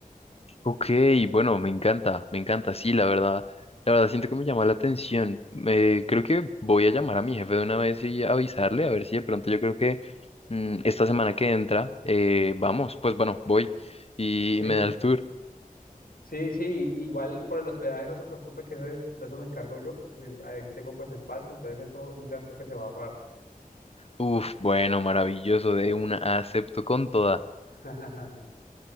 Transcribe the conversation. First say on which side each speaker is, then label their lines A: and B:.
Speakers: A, on the left; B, on the left.
A: Ok, bueno, me encanta, me encanta, sí, la verdad. La verdad, siento que me llama la atención. Eh, creo que voy a llamar a mi jefe de una vez y avisarle, a ver si de pronto yo creo que mm, esta semana que entra, eh, vamos, pues bueno, voy y
B: Sí,
A: me da el tour.
B: Sí, sí, i- igual por el hospedaje no se preocupe que ese- de eso me encargo yo porque ahí tengo pues espacio, entonces eso es un gasto que se va a ahorrar.
A: Uf, bueno, maravilloso, de una acepto con toda,
B: <laughs>